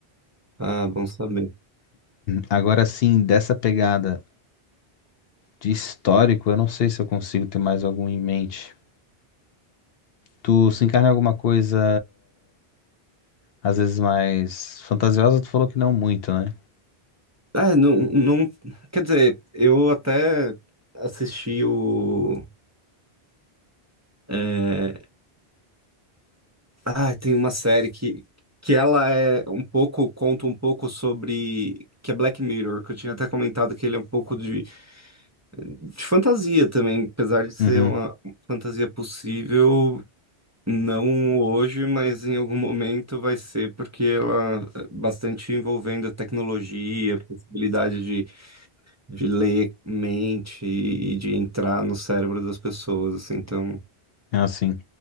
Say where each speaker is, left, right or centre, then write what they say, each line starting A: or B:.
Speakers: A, on the right (about 20°); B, on the left (about 70°).
A: Ah, bom saber.
B: Agora sim, dessa pegada de histórico, eu não sei se eu consigo ter mais algum em mente. Tu se encarna em alguma coisa, às vezes mais fantasiosa, tu falou que não muito, né?
A: É, não, não, quer dizer, eu até assisti o, é, ah, tem uma série que, que ela é um pouco, conta um pouco sobre, que é Black Mirror, que eu tinha até comentado que ele é um pouco de, de fantasia também, apesar de ser
B: Uhum.
A: uma fantasia possível, Não hoje, mas em algum momento vai ser, porque ela é bastante envolvendo a tecnologia, a possibilidade de, de ler mente e, e de entrar no cérebro das pessoas, assim, então
B: É assim.